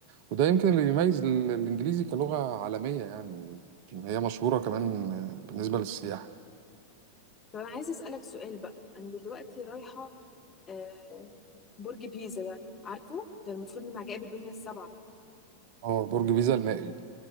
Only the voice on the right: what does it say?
وده
يمكن اللي بيميز ال- الإنجليزي كلغة عالمية يعني هي مشهورة كمان بالنسبة للسياح
اه برج بيزا المائل